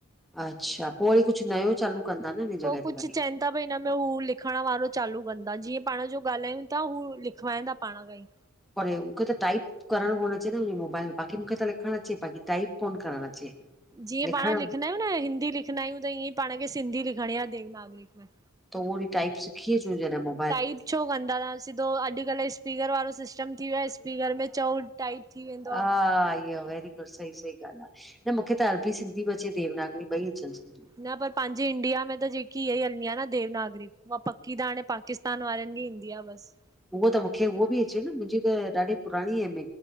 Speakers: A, in the centre; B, on the right.
A: अच्छा! पोइ वरी कुछ नयो चालू कंदा न जॻह
B: पो कुछ
A: ते वरी
B: चैन त बि हिनमें हू लिखण वारो चालू कंदा। जीअं पाणु जो ॻाल्हायूं था, हू लिखवाईंदा पाणु खां ई।
A: परे उखे त टाइप करणु कोन अचे न मुन्जे मोबाइल में, बाकि मूंखे त लिखणु अचे, बाकि टाइप कोन करणु अचे।
B: जीअं
A: लिखण
B: पाणु लिखंदा आहियूं न, हिंदी लिखंदा आहियूं त, ईअं ई पाणु खे सिंधी लिखणी आहे देवनागिरी में।
A: त उहो बि टाइप सिखी अचूं जॾहिं मो
B: टाइप छो कंदा ता? सिधो अॼुकल्ह स्पीकर वारो सिस्टम थी वियो आ, स्पीकर में चओ टाइप। थी वेंदो।
A: आ ईया वैरी पर सही सही ॻाल्हि आ। न मूंखे त अरबी सिंधी बि अचे, देवनागरी ॿई अचनि सिंधियु।
B: न पर पाहिंजे इंडिया में त जेकी इहा ई हलंदी आ न देवनागरी, उहा पक्की त हाणे पाकिस्तान तान वारनि खे ईंदी आ बसि।
A: उहो त मूंखे उहो बि अचे न, मुंहिंजी त ॾाढी पुराणी ऐन